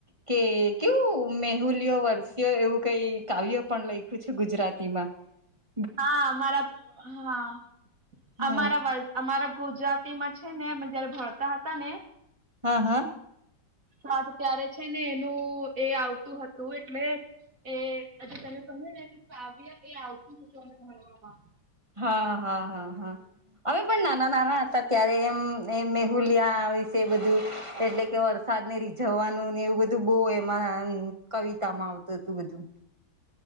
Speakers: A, on the right; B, on the right.
A: કે કેવું મેહુલીયો વર્ષીયો એવું કઈ કાવ્ય પણ લઈખું છે ગુજરાતીમાં. હ <inaudible>
B: હા અમારા હા,
A: હ
B: અમારા વલ અમારા ગુજરાતી માં છે ને અમે જ્યારે ભણતા હતા ને
A: હા હા.
B: હા તો ત્યારે છે ને એનું એ આવતું હતું એટલે એ અજે તને કહ્યું ને કે કાવ્ય એ આવતું અમે ભણવામાં.
A: હા, હા હા હા. અમે પણ નાના નાના હતા ત્યારે એમ એ મેહુલિયા વિશે બધું એટલે કે વર સાદ ને રીઝવવાનું ને એવું બધું બો એમાં કવિતા માં આવતું હતું બધું.